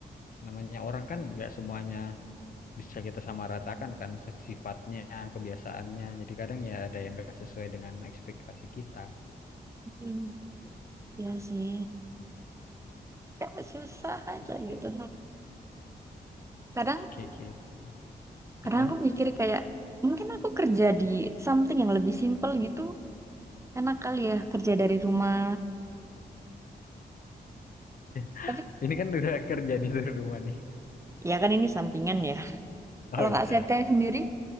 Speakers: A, on the left; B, on the right.
A: namanya orang kan nggak semuanya bisa kita samaratakan kan sifatnya, kebiasaannya. Jadi kadang ya ada yang nggak sesuai dengan ekspektasi kita.
B: Hmm, ya sih Ya, susah aja
A: Oke,
B: gitu kadang
A: oke, oke.
B: Kadang
A: Heeh.
B: aku mikir kayak mungkin aku kerja di something yang lebih simple gitu. Enak kali ya kerja dari rumah.
A: <laughs>
B: Tapi
A: Ini kan udah kerja nih dari rumah nih.
B: ya kan ini sampingan ya.
A: Oh
B: Kalau
A: iya.
B: Kak Sete sendiri